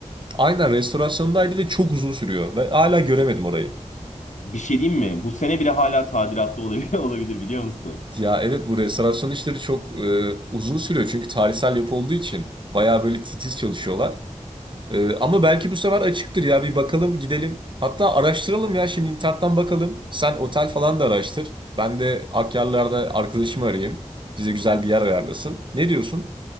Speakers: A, on the right; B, on the left.
A: Aynen restorasyondaydı ve çok uzun sürüyor. Ve hala göremedim orayı.
B: Bir şey diyeyim mi? Bu sene bile hala tadilatlı olabilir, <laughs> olabilir biliyor musun?
A: Ya evet bu restorasyon işleri çok e, uzun sürüyor. Çünkü tarihsel yapı olduğu için bayağı böyle titiz çalışıyorlar. Ee, ama belki bu sefer açıktır ya bir bakalım gidelim. Hatta araştıralım ya şimdi internetten bakalım. Sen otel falan da araştır. Ben de Akyarlar'da arkadaşımı arayayım. Bize güzel bir yer ayarlasın. Ne diyorsun?